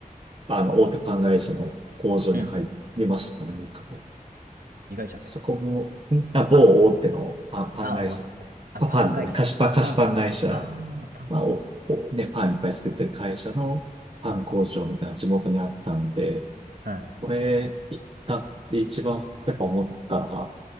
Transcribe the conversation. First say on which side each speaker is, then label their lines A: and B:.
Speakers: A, on the right; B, on the right.
A: あの、大手パン会社の工場に入りましたね、
B: うん。うん
A: 僕も。
B: 二会社って。
A: そこも、んあ、某大手のパン、パン会社。
B: ああ、覚えって。あ、
A: パ、
B: パン会社。
A: パンのね、菓子パン、菓子パン会社。
B: パン、パン。ああ、パン。
A: まあ、お、お、ね、パンいっぱい作ってる会社のパン工場みたいな地元にあったんで、
B: うんうんうんはい。はい。
A: それ行ったって一番やっぱ思ったのが、